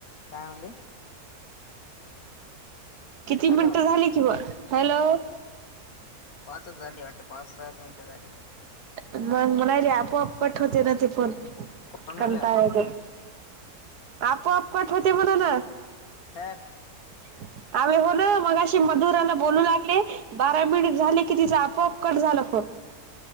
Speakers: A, on the left; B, on the right.
A: काय म्हणले?
B: किती मिनटं
A: हॅलो
B: झाली की ब हॅलो
A: पाचच झाली वाटते पाच सहाच मिनिटं झाली.
B: मग म्हणाले आपोआप कट होते ना ते फोन
A: पण म्हणलं
B: कंटाळले की. आपोआप कट होते म्हणणं.
A: हठ.
B: <inaudible> आम्ही हो ना मग अशी मधुराला बोलू लागले बारा मिनिट झाले की तिचां आपोआप कट झाला फोन. <inaudible>